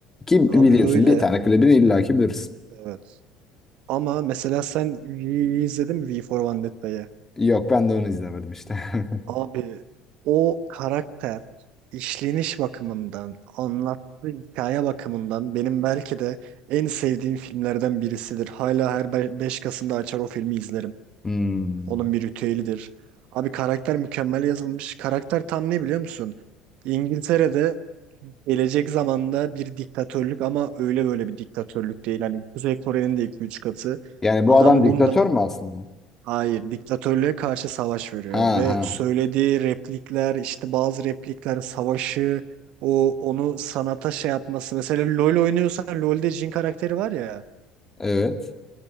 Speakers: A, on the left; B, on the right.
A: Ki
B: Abi
A: biliyorsun
B: öyle.
A: bir tane klibini illaki bilirsin.
B: Evet. Ama mesela sen V'yi izledin mi? V for Vendetta'yı.
A: Yok ben de onu izlemedim işte. <laughs>
B: Abi o karakter işleniş bakımından, anlattığı hikaye bakımından benim belki de en sevdiğim filmlerden birisidir. Hala her 5 Kasım'da açar o filmi izlerim.
A: Hmm.
B: Onun bir ritüelidir. Abi karakter mükemmel yazılmış. Karakter tam ne biliyor musun? İngiltere'de gelecek zamanda bir diktatörlük ama öyle böyle bir diktatörlük değil. Hani Kuzey Kore'nin de 2-3 katı.
A: Yani
B: Adam
A: bu adam diktatör
B: bunda
A: mü aslında?
B: Hayır, diktatörlüğe karşı savaş veriyor
A: Ha
B: ve
A: ha.
B: söylediği replikler, işte bazı replikler savaşı, o onu sanata şey yapması. Mesela LoL oynuyorsan LoL'de Jhin karakteri var ya,
A: Evet.